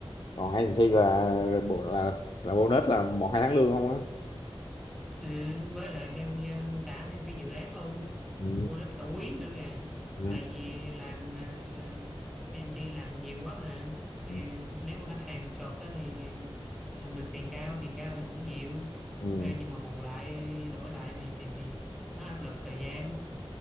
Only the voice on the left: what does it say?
còn agency là bộ- là là bonus là một hai tháng lương không á
ừ,
ừ,
ừ.
ừ.